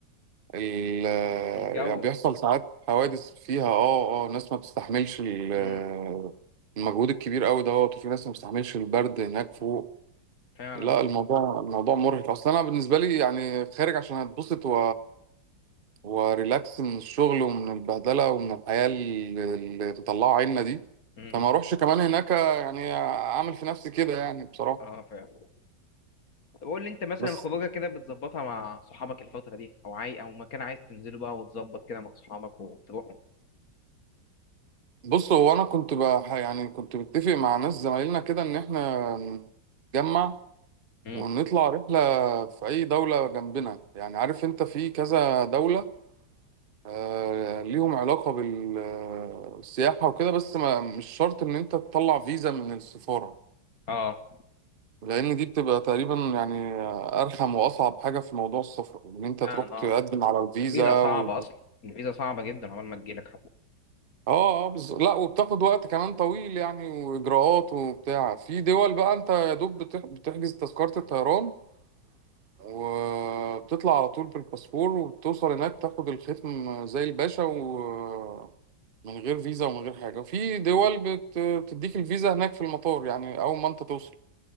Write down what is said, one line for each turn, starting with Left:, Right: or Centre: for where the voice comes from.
Right: ال
Left: الجو
Right: يعني بيحصل ساعات حوادث فيها اه اه ناس ما بتستحملش ال-
Left: امم
Right: المجهود الكبير قوي دوت وفي ناس ما بتستحملش البرد هناك فوق
Left: فعلا
Right: لا
Left: اه
Right: الموضوع الموضوع مرهق اصلا انا بالنسبه لي يعني خارج عشان اتبسط و وريلاكس من الشغل ومن البهدله ومن الحياه اللي اللي مطلعه عنا دي
Left: امم
Right: فما اروحش كمان هناك يعني اعمل في نفسي كده يعني بصراحه
Left: اه فعلا طب قول لي انت مثلا
Right: بس
Left: خروجه كده بتظبطها مع صحابك الفترة دي او عاي او مكان عايز تنزله بقى وتظبط كده مع صحابك وتروحوا
Right: بص هو انا كنت بح يعني كنت متفق مع ناس زمايلنا كده ان احنا نتجمع
Left: امم
Right: ونطلع رحله في اي دوله جنبنا يعني عارف انت في كذا دوله آه، ليهم علاقة بال- آه، بالسياحة وكده بس ما مش شرط إن أنت تطلع فيزا من السفارة
Left: اه
Right: لأن دي بتبقى تقريبا يعني آه، أرخم وأصعب حاجة في موضوع السفر إن أنت
Left: فعلا
Right: تروح تقدم
Left: اه
Right: على الفيزا
Left: الفيزا صعبة
Right: و...
Left: اصلا الفيزا صعبة جدا عقبال ما تجيلك
Right: آه آه بز... لا وبتاخد وقت كمان طويل يعني وإجراءات وبتاع في دول بقى أنت يا دوب بتح... بتحجز تذكرة الطيران وبتطلع على طول بالباسبور وبتوصل هناك تاخد الختم زي الباشا و من غير فيزا ومن غير حاجة وفي دول بت- بتديك الفيزا هناك في المطار يعني أول ما أنت توصل